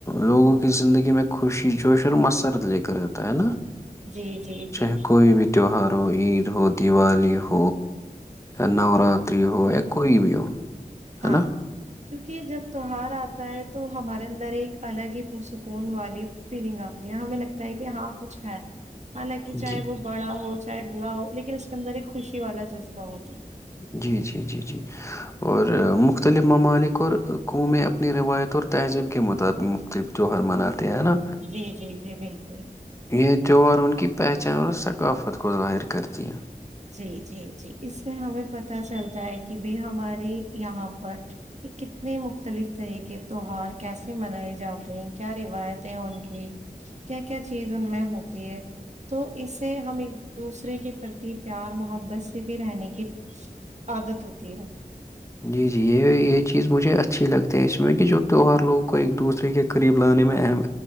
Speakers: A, on the left (about 20°); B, on the right (about 50°).
A: لوگوں کی زندگی میں خوشی جوش اور مسرت لے کر رہتا ہے نا
B: جی جی جی
A: چاہے کوئی بھی تیوار ہو بھیڑ ہو دیوالی ہو ا ن ہوور ی ہو ہے کوئی بھی ہو ہے
B: ہاں
A: نا
B: کیوںکہ جب تیوہار آتا ہے تو ہمارے اندر ایک الگ ہی پرسکون والی فیلنگ آتی ہے ہمیں لگتا ہے کہ ہاں کچھ ہے حالانکہ
A: جی
B: چاہے وہ بڑا ہو چاہے بلاا ہو لیکن اس کے اندر ایک خوشی والا جذبہ ہوتا
A: جی جی جی جی اور مختلف ممالک اور قنوومیں اپنی روایت اور تہذیب کے مطابق مختلف تیوہار منات ہیں ہے نا
B: جی جی جی بالکل
A: یہ تہوہار ان کی پہچان اور ثقافت کو ظاہر کرتی ہے
B: جی جی جی اس سے ہمیں پت چلتا ہے کہ ب ہمارے یہاں پر کتنے مختلف طرح کے تیوار کیسے منائے جاتے ہیں کیا روایتیں ہیں ان کی کیا کیا چیز ان میں ہوتی ہے تو اس سے ہم ایک دوسرے کے پرتی پیار محبت سے بھی رہنے کی عادت ہوتی ہےا
A: جی جی یہ یہ چیز مجھے اچھی لگتی ہے اس میں کہ جو تہوار لوگوں کو ایک دوسرے کے قریب لانے میں اہم